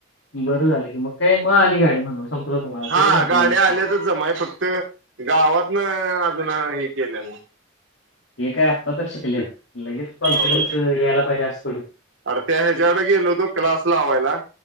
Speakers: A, on the left; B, on the right.
A: बरं झाल मीळाली मग काय गाडी म्हणून संपलं तुम्हाला
B: हा
A: तेच महत्वाचं
B: गाड्या
A: असते.
B: आल्यातच जमाय फक्तं गावांत न अजून हे केल्या वर
A: हे काय आता तर शिकले लगेच
B: नाही
A: कॉन्फिडन्स या्यायला पाहिजे असे
B: अरे त्याच्या्कडे गेलो होतो क्लास लावायला